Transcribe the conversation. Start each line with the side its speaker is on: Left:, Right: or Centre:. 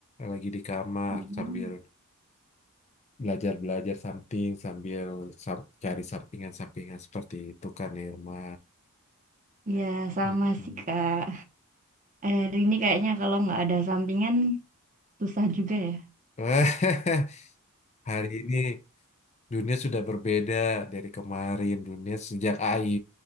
Left: lagi di kamar
Right: Hmm.
Left: sambil belajar-belajar something, sambil sam- cari sampingan-sampingan seperti itu Kak Nirma.
Right: Ya, sama
Left: Gitu.
Right: sih Kak. Hari ini kayaknya kalau nggak ada sampingan, susah juga ya.
Left: <laughs> Hari ini. Dunia sudah berbeda dari kemarin. Dunia sejak AI,